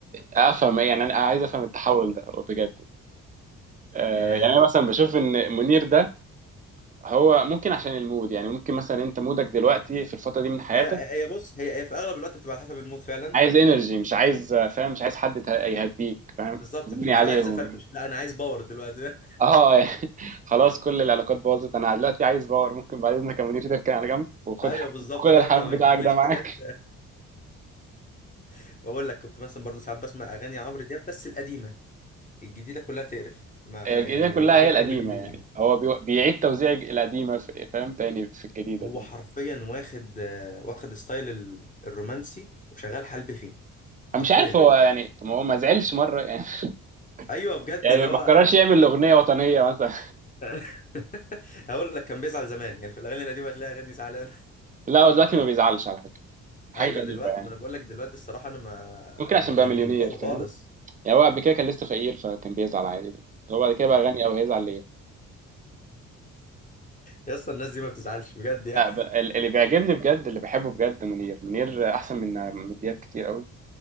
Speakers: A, on the right; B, on the left.
A: افهم ايه يعني انا عايز افهم التحول ده بجد آه
B: آه
A: يعني انا مثلا بشوف ان منير ده هو ممكن عشان المود يعني ممكن مثلا انت مودك دلوقتي في الفتره دي من حياتك
B: ايوه هي بص هي هي في اغلب الوقت بتبقى على حسب المود فعلا
A: عايز انرجي مش عايز آه، فاهم مش عايز حد ته- يهديك فاهم
B: بالظبط
A: تبني
B: مش مش
A: عليه
B: عايز
A: و...
B: افرفش لا انا عايز باور دلوقتي
A: اه <laughs> يعني خلاص كل العلاقات باظت انا دلوقتي عايز باور ممكن بعد اذنك يا منير تركن على جنب
B: <laughs>
A: وخد
B: ايوه
A: الح-
B: بالظبط
A: خد الحمام
B: فاهم ما ما
A: بتاعك
B: تجيبليش
A: ده معاك
B: حاجات <laughs> بقول لك كنت مثلا برضه ساعات بسمع اغاني عمرو دياب بس القديمة الجديده كلها تقرف ما
A: الجديدة
B: يعني
A: كلها
B: ما تجيش
A: هي القديمة
B: جنب الجديد
A: يعني
B: يا عم
A: هو بي- بيعيد توزيع الج- القديمة في- فاهم تاني في الجديدة
B: هو
A: دي
B: حرفيا واخد آه، واخد ستايل ال- الرومانسي وشغال حلب فيه حرفيا
A: أنا مش عارف هو يعني طب ما هو ما زعلش مرة يعني <laughs>
B: ايوه بجد
A: يعني
B: اللي
A: ما
B: هو
A: قررش يعمل أغنية وطنية مثلا
B: <laughs> هقول لك كان بيزعل زمان يعني في الاغاني القديمه هتلاقي اغاني زعلان
A: <laughs> لا هو دلوقتي ما بيزعلش على فكرة
B: <laughs>
A: حاجة
B: ايوه
A: غريبة
B: دلوقتي
A: يعني
B: ما انا بقول لك دلوقتي الصراحه انا ما
A: ممكن عشان
B: مش
A: بقى مليونير
B: بفضله
A: فاهم
B: خالص
A: يعني هو قبل كده كان لسه فقير فكان بيزعل عادي هو بعد كده بقى غني أو هيزعل ليه
B: يا اسطى الناس دي ما بتزعلش بجد يعني
A: لا ب- ال- اللي بيعجبني بجد اللي بحبه بجد منير منير أحسن من من دياب كتير قوي